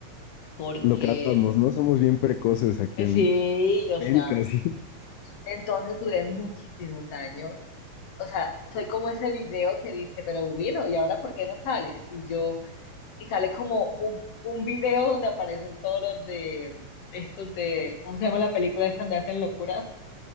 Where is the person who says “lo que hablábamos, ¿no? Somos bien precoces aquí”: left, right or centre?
Left